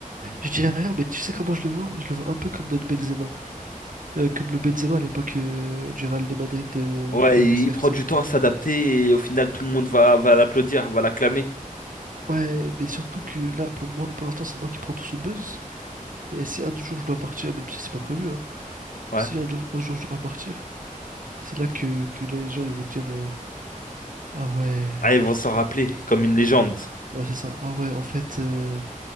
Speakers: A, on the right; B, on the left.
A: Je dis rien, mais tu sais comment je le vois? Je le vois un peu comme notre Benzema. Euh, comme le Benzema à l'époque euh, du Real de Madrid euh,
B: Ouais,
A: où il
B: il,
A: y avait CR7
B: il prend du
A: et
B: temps
A: tout.
B: à s'adapter et au final, tout le monde va, va l'applaudir, va l'acclamer.
A: Ouais, mais surtout que là, pour moi, pour l'instant, c'est moi qui prends tout son buzz. Mais si un jour je dois partir, même si c'est pas prévu, hein,
B: Ouais.
A: si un jour, un jour je dois partir, c'est là que, que les gens ils vont dire euh, Ah ouais,
B: Ah, ils vont s'en rappeler comme une légende.
A: ouais, c'est ça. Ah ouais, en fait, euh,